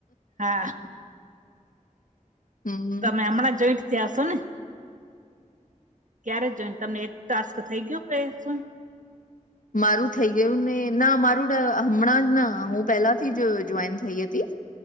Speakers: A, on the right; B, on the left.
A: હા
B: હમ
A: તમે હમણાં જોઇન્ટ થયા હશો ને. ક્યારે જોઈન તમને એક ટાસ્ક થઈ ગયો, <unintelligible> માં
B: મારું થઈ ગયું ને, ના મારું હમણાં જ ના હું પેલાથી જ જોઈન થઈ હતી.